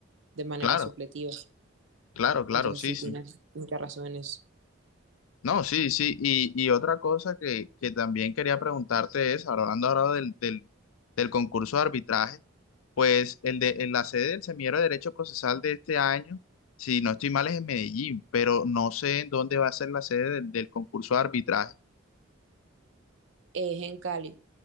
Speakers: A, on the right; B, on the left.
A: de manera
B: claro,
A: supletiva.
B: claro, claro,
A: Entonces
B: sí,
A: sí
B: sí.
A: tienes mucha razón en eso.
B: No, sí, sí. Y, y otra cosa que, que también quería preguntarte es, hablando ahora del, del, del concurso de arbitraje, pues el de, en la sede del Semillero de Derecho Procesal de este año, si no estoy mal, es en Medellín, pero no sé en dónde va a ser la sede del, del concurso de arbitraje.
A: Es en Cali.